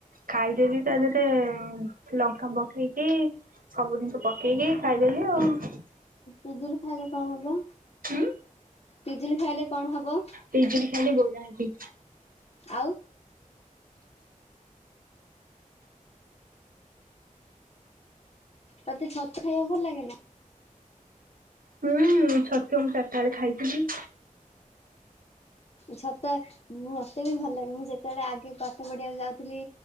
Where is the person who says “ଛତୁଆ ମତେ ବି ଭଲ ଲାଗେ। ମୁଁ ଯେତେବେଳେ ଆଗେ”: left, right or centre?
Left